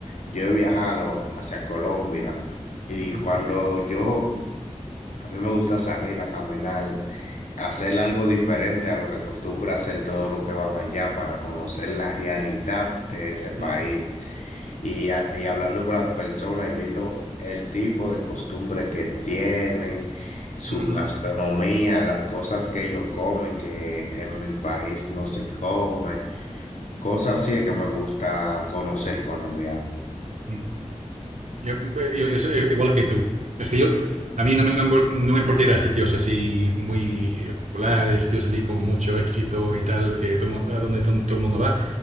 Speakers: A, on the left; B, on the right.
A: yo he viajado a- hacia Colombia y
B: ujú,
A: cuando yo a mí me gusta salir a caminar, hacer algo diferente a lo que acostumbra hacer todos los que van allá para conocer la realidad de ese país
B: ujú,
A: y, a- y hablando con las personas y viendo el tipo de costumbre que tienen, su
B: ujú,
A: gastronomía, las cosas que ellos comen que en mi país no se come, cosas así es que me gusta conocer cuando viajo.
B: ujú. Yo, eh, yo- yo soy igual que tú. Es que yo, a mí no me, no me import- no me importaría sitios así muy populares, sitios así con mucho éxito y tal, que todo el mu- a donde ton- todo el mundo va.